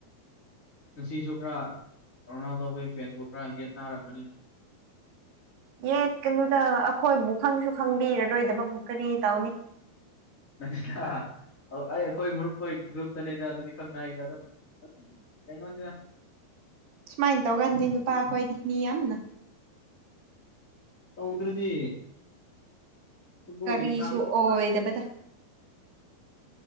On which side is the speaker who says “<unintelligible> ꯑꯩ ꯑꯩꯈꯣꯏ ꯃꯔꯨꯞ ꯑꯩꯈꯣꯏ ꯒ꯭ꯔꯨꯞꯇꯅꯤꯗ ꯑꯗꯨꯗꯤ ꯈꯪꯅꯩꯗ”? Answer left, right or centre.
Left